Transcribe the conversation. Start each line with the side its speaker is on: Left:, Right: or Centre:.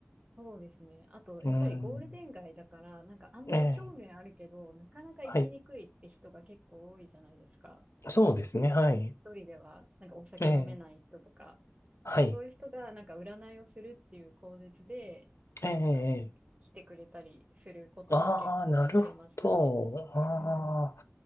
Right: そうですね。あと、
Left: うん。
Right: やっぱりゴールデン街だから、なんかあんまり興味はあるけど、
Left: ええ、
Right: なかなか行きにくいって人が結構多いじゃないですか。
Left: はい。そうですね、はい。
Right: 一人では、なんかお酒飲めない人とか、
Left: ええ、はい。
Right: なんかそういう人が、なんか占いをするっていう口実で、
Left: ええ、え
Right: なんか来てくれたりすることも結構ありましたね。
Left: ああ、なるほど。ああ、
Right: うん。